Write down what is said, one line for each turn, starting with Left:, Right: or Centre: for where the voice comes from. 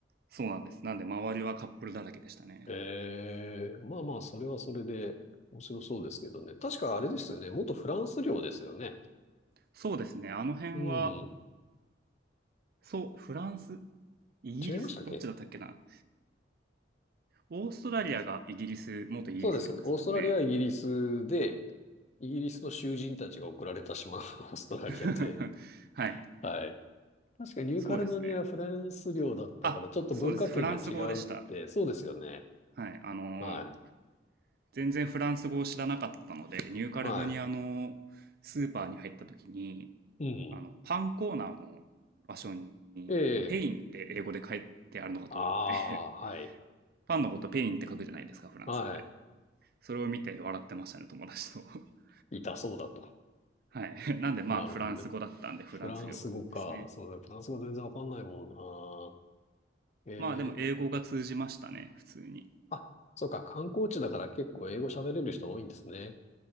Right: そうなんです。なんで、周りはカップルだらけでしたね。
Left: ええ、まあまあ、それはそれで面白そうですけどね。確かあれですよね。元フランス領ですよね。
Right: そうですね。あの辺は、
Left: うん。
Right: そう、フランス、イギリス、
Left: 違いましたっけ
Right: どっちだったっけな。オーストラリアがイギリス、元イギリス領ですもんね。
Left: そうです。オーストラリアはイギリスで、イギリスの囚人たちが送られた島の <laughs> オーストラリアで。
Right: <laughs> はい。
Left: はい。確かニューカレドニアはフランス領だったから、
Right: そうですね。あ、
Left: ちょっと文化圏が違うって、
Right: そうです。フランス語でした。
Left: そうですよね。
Right: はい。あの、
Left: はい。
Right: 全然フランス語を知らなかったので、ニューカレドニアのスーパーに入った時に、
Left: はい。うん。
Right: あの、パンコーナーの場所に、
Left: ええ。
Right: ペインって英語で書いてあるのかと思って
Left: ああ、はい。
Right: <laughs> パンのことペインって書くじゃないですか、フランス語で。
Left: はい。
Right: それを見て笑ってましたね、友達と <laughs>。
Left: 痛そうだと。
Right: はい。<laughs> なんでまあ、
Left: なるほどね。
Right: フランス語だったんで、フランス料ですね。
Left: フランス語か。そうだ、フランス語全然わかんないもんな。ええ。
Right: まあ、でも英語が通じましたね、普通に。
Left: あ、そうか。観光地だから結構英語喋れる人多いんですね。